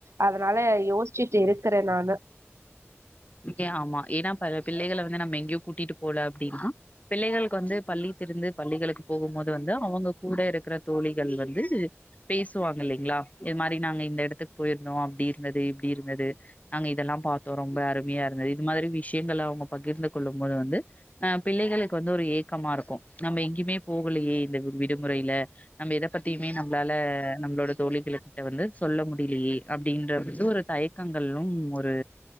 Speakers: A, on the right; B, on the left.
A: அதனால யோசிச்சுட்டு இருக்கிறே நானு
B: ஏ ஆமா ஏன்னா ப பிள்ளைகள வந்து நம்ம எங்கயு கூட்டிட்டு போல அப்டின்னா பிள்ளைகளுக்கு வந்து பள்ளி திறந்து பள்ளிகளுக்கு போகும் போது வந்து அவங்க கூட இருக்கிற தோழிகள் வந்து பேசுவாங்க இல்லைங்களா இது மாரி நாங்க இந்த எடத்துக்கு போயிருந்தோ அப்டி இருந்தது இப்டி இருந்தது நாங்க இதெல்லா பாத்தோ ரொம்ப அரு மையா இருந்தது இது மாதிரி விஷயங்கள அவங்க பகிர்ந்து கொள்ளும் போது வந்து ஆ பிள்ளைகளுக்கு வந்து ஒரு ஏக்கமா இருக்கு நம்ம எங்கயுமே போகலையே இந்த வி விடுமுறையில நம்ம எத பத்தியுமே நம்மளால நம்மளோட தோழிகளுகிட்ட வந்து சொல்ல முடியலையே அப்டின்ற வந்து ஒரு தயக்கங்களு ஒரு